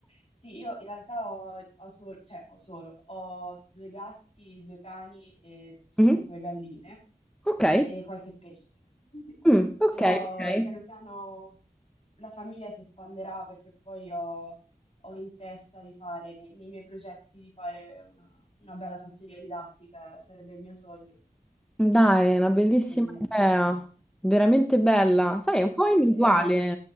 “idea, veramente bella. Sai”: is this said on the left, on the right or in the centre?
Centre